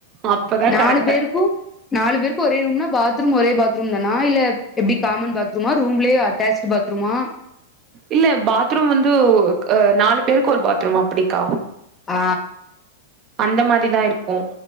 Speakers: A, on the right; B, on the left.
A: அப்பதா
B: நாலு
A: கரெக்டா
B: பேருக்கு நாலு பேருக்கு ஒரே ரூம்னா பாத்ரூம் ஒரே பாத்ரூம் தானா இல்ல எப்டி காமன் பாத்ரூமா ரூம்லயே அட்டாச்சுட் பாத்ரூமா
A: இல்ல பாத்ரூம் வந்துவு நாலு பேருக்கு ஒரு பாத்ரூம் அப்டிக்கா
B: ஆ
A: அந்த மாரிதா இருக்கு